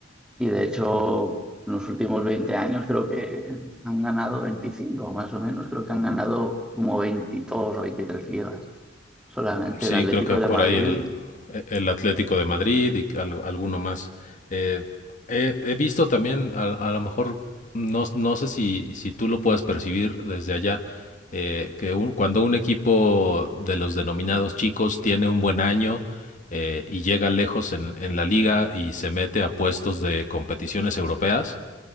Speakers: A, in the centre; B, on the left.
A: Y de hecho, en los últimos 20 años creo que han ganado 25 más o menos, creo que han ganado como 22 o 23 ligas. Solamente
B: Sí,
A: el Atlético
B: creo que por
A: de Madrid.
B: ahí el, el Atlético de Madrid y al- alguno más. Eh, he, he visto también, a, a lo mejor, no, no sé si, si tú lo puedas percibir desde allá, eh, que un- cuando un equipo de los denominados chicos tiene un buen año eh, y llega lejos en, en la liga y se mete a puestos de competiciones europeas,